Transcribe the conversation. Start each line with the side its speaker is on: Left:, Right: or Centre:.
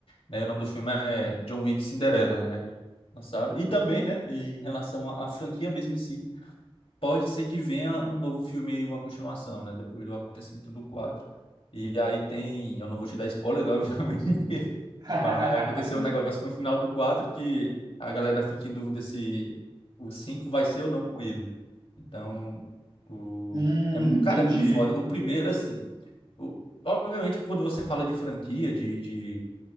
Left: Né? E O nome do filme é John Wick Cinderela, né? E lançaram. E também, né? Em relação à à franquia mesmo em si, pode ser que venha um novo filme aí, uma continuação, né? Depois do acontecimento do quatro. E aí tem. Eu não vou te dar spoiler, <laughs> né, obviamente.
Right: <laughs>
Left: Mas aconteceu um negócio no final do 4 que a galera fica em dúvida se o 5 vai ser ou não com ele. Então, o...
Right: Hum,
Left: é, mu-
Right: entendi.
Left: cara, é muito foda. O primeiro, assim, o- obviamente, quando você fala de franquia, de, de